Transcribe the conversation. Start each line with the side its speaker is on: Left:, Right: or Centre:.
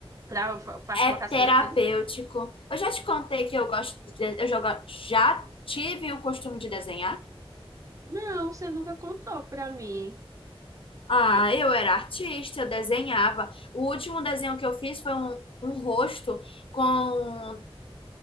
Right: pra, pra
Left: É
Right: colocar
Left: terapêutico.
Right: as coisas finas.
Left: Eu já te contei que eu gosto de, eu joga- já tive o costume de desenhar.
Right: Não, você nunca contou pra mim.
Left: Ah,
Right: E,
Left: eu era artista, eu desenhava. O último desenho que eu fiz foi um, um rosto com